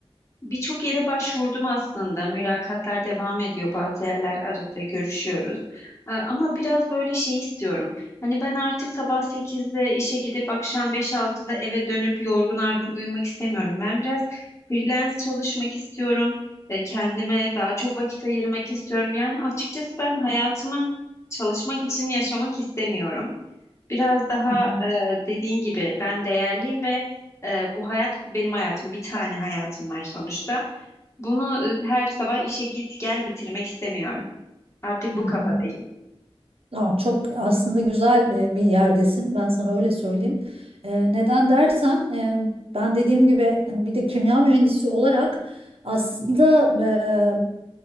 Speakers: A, on the left; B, on the right.
A: Birçok yere başvurdum aslında. Mülakatlar devam ediyor. Bazı yerler aradı, görüşüyoruz. Ee, Ama biraz böyle şey istiyorum. Hani ben artık sabah sekizde işe gidip akşam beş altıda eve dönüp yorgun argın uyumak istemiyorum. Ben biraz freelance çalışmak istiyorum. Ee, Kendime daha çok vakit ayırmak istiyorum. Yani açıkçası ben hayatımı çalışmak için yaşamak istemiyorum. Biraz daha
B: Hı hı,
A: e, dediğin gibi ben değerliyim ve e, bu hayat benim hayatım. Bir tane hayatım var sonuçta. Bunu e, her sabah işe git gel bitirmek istemiyorum. Artık
B: hı
A: bu
B: hı.
A: kafadayım.
B: Aa, çok aslında güzel e, bir yerdesin. Ben sana öyle söyleyeyim. E, neden dersen e, ben dediğim gibi hani bir de kimya mühendisi olarak aslında